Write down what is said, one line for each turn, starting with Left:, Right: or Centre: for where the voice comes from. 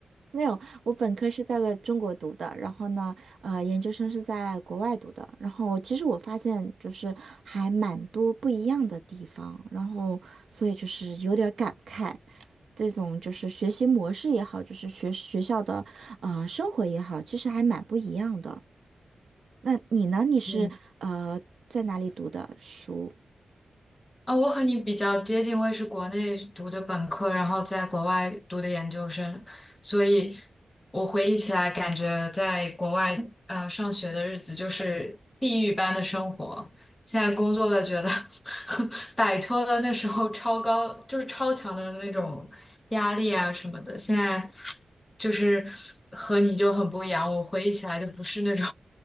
Right: 没有，我本科是在个中国读的，然后呢，呃，研究生是在国外读的。然后其实我发现就是还蛮多不一样的地方，然后所以就是有点儿感慨，这种就是学习模式也好，就是学学校的呃生活也好，其实还蛮不一样的。那你呢？你是呃在哪里读的书？
Left: 嗯。啊，我和你比较接近，我也是国内读的本科，然后在国外读的研究生，所以我回忆起来，感觉在国外呃上学的日子就是地狱般的生活。现在工作了，觉得 <laughs> 摆脱了那时候超高，就是超强的那种压力啊什么的。现在就是和你就很不一样，我回忆起来就不是那种